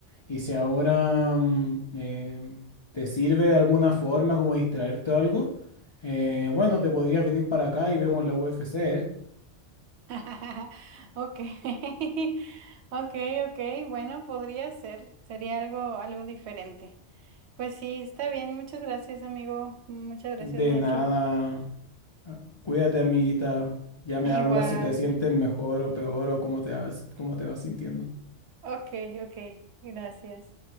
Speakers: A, on the left (about 45°); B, on the right (about 70°).
A: Y si ahora mm, em, te sirve de alguna forma como distraerte o algo, eh, bueno, te podrías venir para acá y vemos la UFC. ¿eh?
B: <laughs> Ok, <laughs> ok, ok, bueno, podría ser, sería algo, algo diferente. Pues sí, está bien, muchas gracias, amigo, muchas gracias,
A: De
B: Nacho.
A: nada. Ah, Cuídate, amiguita. Ya me hablas
B: Igual,
A: si te sientes mejor o peor o cómo te vas, cómo te vas sintiendo.
B: ok, ok, gracias.